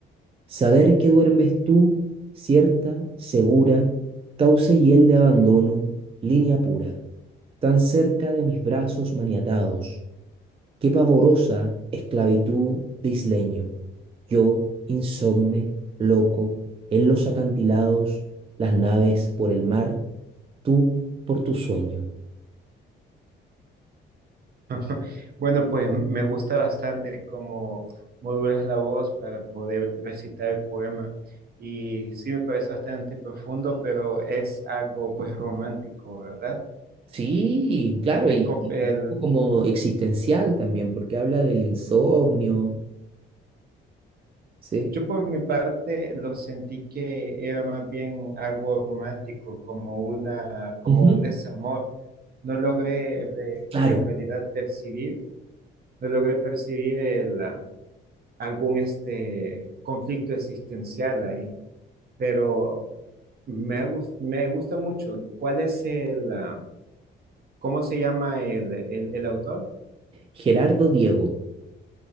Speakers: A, on the right; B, on the right.
A: Saber que duermes tú, cierta, segura, cauce y hiel de abandono, línea pura, tan cerca de mis brazos maniatados. Qué pavorosa esclavitud de isleño. Yo, insomne, loco, en los acantilados, las naves por el mar, tú por tu sueño.
B: <laughs> Bueno, pues me gusta bastante cómo modulas la voz para poder recitar el poema. Y sí me parece bastante profundo, pero es algo pues romántico, ¿verdad?
A: Sí, claro, y,
B: Es, com-
A: y
B: el
A: un poco como existencial también, porque habla del insomnio, sí.
B: Yo por mi parte lo sentí que era más bien algo romántico, como una, como
A: Ujú,
B: un desamor. No logré re-
A: Claro,
B: en realidad percibir, no logré percibir el, ah, algún este conflicto existencial ahí, pero me, gus- me gusta mucho. ¿Cuál es el, ah, cómo se llama el, el, el autor?
A: Gerardo Diego.